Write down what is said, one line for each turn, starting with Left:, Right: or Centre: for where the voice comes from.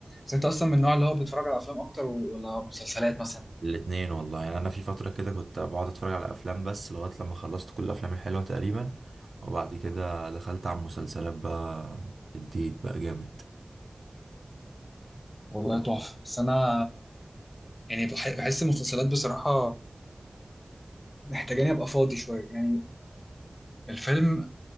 Left: بس انت اصلا من النوع اللي هو بيتفرج على افلام اكتر و- ولا مسلسلات مثلا
Right: الاتنين والله يعني انا في فترة كده كنت بقعد اتفرج على افلام بس لغاية لما خلصت كل الافلام الحلوة تقريبا وبعد كده دخلت على المسلسلات بقى اديت بقى جامد
Left: والله تحفه بس انا يعني بح- بحس المسلسلات بصراحه محتاجاني ابقى فاضي شويه يعني الفيلم